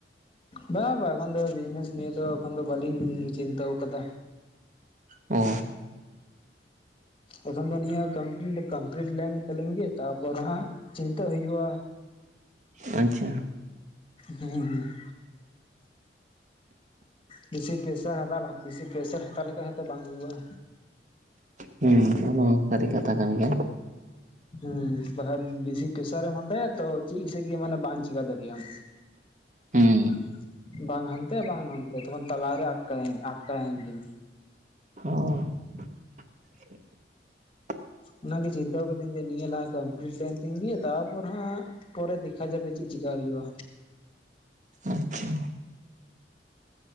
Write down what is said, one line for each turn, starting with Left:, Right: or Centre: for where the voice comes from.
Left: ᱵᱟᱝ ᱵᱟᱝ ᱮᱠᱷᱚᱱ ᱫᱚ ᱵᱤᱡᱽᱱᱮᱥ ᱱᱤᱭᱟᱹ ᱫᱚ ᱮᱠᱷᱚᱱ ᱫᱚ ᱵᱟᱞᱤᱧ ᱪᱤᱱᱛᱟᱹᱣ ᱟᱠᱟᱫᱟ᱾
Right: ᱚ,
Left: ᱮᱠᱷᱚᱱ ᱫᱚ ᱱᱤᱭᱟᱹᱠᱟᱢᱯᱞᱤᱴ ᱠᱟᱢᱯᱞᱤᱴ ᱞᱮᱱ ᱛᱟᱹᱟᱞᱤᱧ ᱜᱮ ᱛᱟᱯᱚᱨ ᱦᱟᱸᱜ ᱪᱤᱱᱛᱟᱹ ᱦ ᱦᱩᱭᱩᱜᱭᱼᱟ᱾
Right: ᱟᱪᱪᱷᱟ ᱾
Left: ᱦᱮᱸᱻ ᱵᱮᱥᱤ ᱯᱮᱥᱟᱨ ᱦᱟᱛᱟᱣ ᱞᱟᱦᱟ ᱵᱮᱥᱤ ᱯᱮᱥᱟᱨ ᱦᱟᱛᱟᱣ ᱞᱮᱠᱟᱱᱛᱚ ᱵᱟᱝ ᱦᱩᱭᱩᱜᱼᱟ᱾
Right: ᱦᱮᱸ ᱚᱱᱟᱢᱟ ᱥᱟᱹᱨᱤ ᱠᱟᱛᱷᱟ ᱠᱟᱱ ᱜᱮᱭᱟ᱾
Left: ᱦᱮᱸ ᱵᱟᱠᱟᱡ ᱵᱮᱥᱤ ᱯᱮᱥᱟᱨ ᱨᱮᱢ ᱦᱟᱛᱟᱭᱟ ᱛᱚ ᱪᱮᱜᱥᱤ ᱜᱮ ᱢᱟᱱᱮ ᱵᱟᱢ ᱪᱮᱠᱟ ᱫᱟᱲᱮᱭᱟᱜ ᱟᱢ᱾
Right: ᱦᱮᱸ
Left: <inaudible> ᱵᱟᱝ ᱦᱟᱱᱛᱮ ᱵᱟᱝ ᱱᱚᱱᱛᱮ ᱛᱚᱠᱷᱚᱱ ᱛᱟᱞᱟᱨᱮ ᱟᱴᱠᱟᱭ ᱟᱴᱠᱟᱭᱮᱱ ᱜᱮᱢ᱾
Right: <unintelligible> <inaudible>
Left: ᱚᱱᱟᱜᱮ ᱪᱤᱱᱛᱟᱹᱣ ᱠᱟᱹᱫᱟᱹᱧ ᱡᱮ ᱱᱤᱭᱟᱹ ᱞᱟᱦᱟ ᱠᱟᱢᱯᱤᱞᱤᱴ ᱞᱮᱱ ᱛᱤᱧ ᱜᱤ ᱛᱟᱯᱚᱨ ᱦᱟᱸᱜ, ᱯᱚᱨᱮ ᱫᱮᱠᱷᱟ ᱡᱟᱵᱮ ᱪᱮᱫ ᱪᱮᱠᱟ ᱦᱩᱭᱩᱜᱼᱟ᱾
Right: <unintelligible>